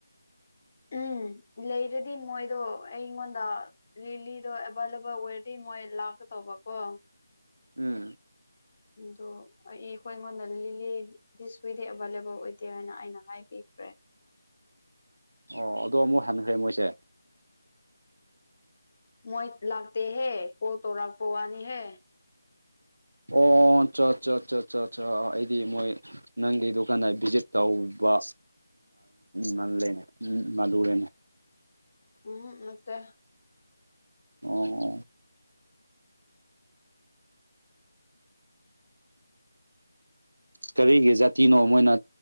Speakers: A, on the left; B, on the right.
A: ꯎꯝ ꯂꯩꯔꯗꯤ ꯃꯣꯏꯗꯣ ꯑꯩꯉꯣꯟꯗ ꯂꯤꯂꯤꯗꯣ ꯑꯦꯕꯥꯏꯂꯦꯕꯜ ꯑꯣꯏꯔꯗꯤ ꯃꯣꯏ ꯂꯥꯛꯀꯦ ꯇꯧꯕ ꯀꯣ
B: ꯎꯝ
A: ꯗꯨ ꯌꯦ ꯀꯣꯏꯃꯣꯟ ꯗꯤꯁ ꯋꯤꯗꯤ ꯑꯦꯕꯥꯏꯂꯦꯕꯜ ꯑꯣꯏꯗꯦ ꯍꯥꯏꯅ ꯑꯩꯅ ꯍꯥꯏꯕꯤꯈ꯭ꯔꯦ
B: ꯑꯣ ꯑꯗꯣ ꯑꯃꯨꯛ ꯍꯟꯈ꯭ꯔꯦ ꯃꯣꯏꯁꯦ
A: ꯃꯣꯏ ꯂꯥꯛꯇꯦꯍꯦ ꯀꯣꯜ ꯇꯧꯔꯛꯄ ꯋꯥꯅꯤꯍꯦ
B: ꯑꯣ ꯆ ꯆ ꯆ ꯆ ꯆ ꯑꯩꯗꯤ ꯃꯣꯏ ꯅꯪꯒꯤ ꯗꯨꯀꯥꯟꯗ ꯚꯤꯖꯤꯠ ꯇꯧꯕ ꯃꯥꯜꯂꯅꯦ ꯎ ꯃꯥꯂꯔꯦꯅꯦ
A: ꯎꯝ ꯅꯠꯇꯦ
B: ꯑꯣ ꯀꯔꯤꯒꯤ ꯖꯥꯇꯤꯅꯣ ꯃꯣꯏꯅ